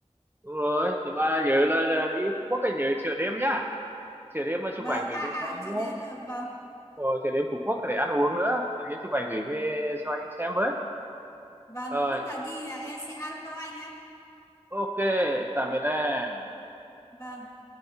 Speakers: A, on the right; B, on the left.
A: đúng rồi thì mà nhớ là, là đi Phú Quốc anh nhớ chợ đêm nhá chợ đêm mà
B: Vâng,
A: chụp ảnh gửi
B: à
A: về
B: à,
A: cho anh
B: chợ
A: nhé
B: đêm, ạ. vâng,
A: rồi chợ đêm Phú Quốc để ăn uống nữa và nhớ chụp ảnh gửi về cho anh xem với
B: vâng,
A: Ờ,
B: lúc nào đi là em sẽ alo anh nhé.
A: Ok, tạm biệt em.
B: Vâng,